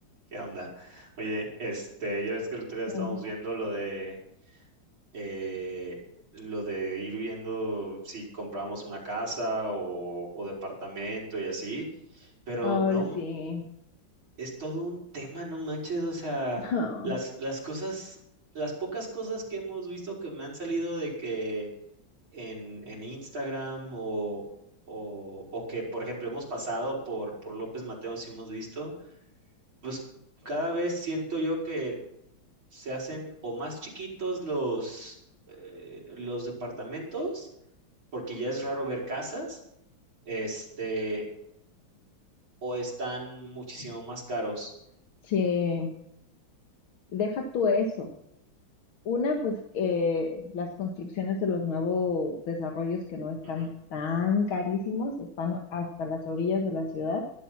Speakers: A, on the right (about 75°); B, on the left (about 80°).
A: ¿Qué onda? Oye, este, ya ves que el otro día
B: ¿Qué
A: estábamos
B: onda?
A: viendo lo de eh, lo de ir viendo si compramos una casa o, o departamento y así, pero
B: Ay,
A: no, m-
B: sí.
A: es todo un tema, no manches, o sea,
B: <laughs> Ay,
A: las, las cosas, las pocas cosas que hemos visto que me han salido de que en, en Instagram o, o, o que, por ejemplo, hemos pasado por, por López Mateos y hemos visto, pues cada vez siento yo que se hacen o más chiquitos los, eh, los departamentos, porque ya es raro ver casas, este, o están muchísimo más caros.
B: sí. Deja tú eso. Una, pues que las construcciones de los nuevos desarrollos que no están
A: Ujú,
B: tan carísimos, están hasta las orillas de la ciudad,